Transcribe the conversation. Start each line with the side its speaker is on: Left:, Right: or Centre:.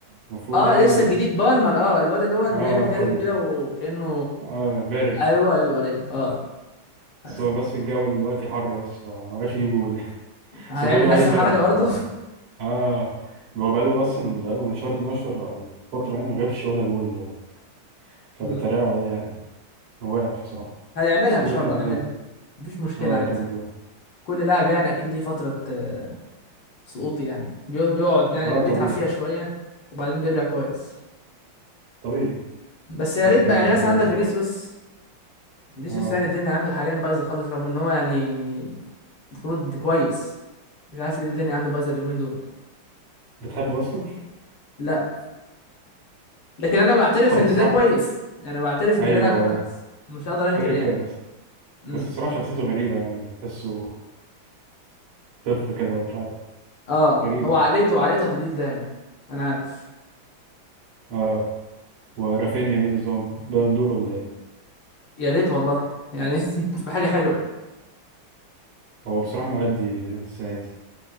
Right: المفروض
Left: اه
Right: يعني
Left: لسه جديد بالمر اه الواد اللي هو اللي
Right: اه
Left: بيعمل تلج
Right: بالمر
Left: كده وكانه
Right: اه بارد
Left: ايوه ايوه ايوه اه عارفه
Right: بس هو بس الجو دلوقتي حر بس فمبقاش يجيب جول <laughs>
Left: هيعمل
Right: بس بيقولوا
Left: نفس
Right: عليه بارد
Left: الحركه
Right: ف
Left: برضه
Right: اه هو بقاله أصلا بقاله من شهر 12 أو فترة يعني ما جابش ولا جول
Left: <laughs>
Right: فبيتريقوا
Left: مم.
Right: عليه يعني هو واقع بصراحة
Left: هيعملها
Right: بس كده
Left: ان شاء
Right: كده
Left: الله يعملها
Right: جامد
Left: مفيش مشكله
Right: اه
Left: عادي
Right: كده كده
Left: كل لاعب يعني اكيد ليه فتره آه، سقوط يعني بيقعد بيقعد يعني
Right: اه
Left: بيتعب
Right: طبيعي
Left: فيها شويه وبعدين بيرجع كويس
Right: طبيعي
Left: بس يا
Right: طب
Left: ريت بقى
Right: اه
Left: يعني مثلا عندك فينيسيوس فينيسيوس
Right: آه،
Left: يعني الدنيا عنده حاليا بايظه خالص رغم ان هو يعني المفروض كويس مش عارف ليه الدنيا عنده بايظه اليومين دول
Right: بتحبه أصلا؟
Left: لا لكن انا بعترف
Right: <laughs> هو
Left: ان
Right: بصراحة
Left: ده كويس يعني بعترف ان
Right: أيوه
Left: ده لاعب كويس
Right: أيوه
Left: مش هقدر انكر
Right: كده
Left: يعني
Right: كده بس
Left: امم
Right: بس بصراحة شخصيته غريبة يعني تحسه طفل كده ومش عارف
Left: اه
Right: غريب
Left: هو عقليته عقليته هتوديه في داهيه انا عارف
Right: اه ورافينيا ايه نظام بالون دور ولا ايه؟
Left: يا ريت والله يعني <laughs> تبقى حاجه حلوه
Right: هو بصراحة مأدي السنة دي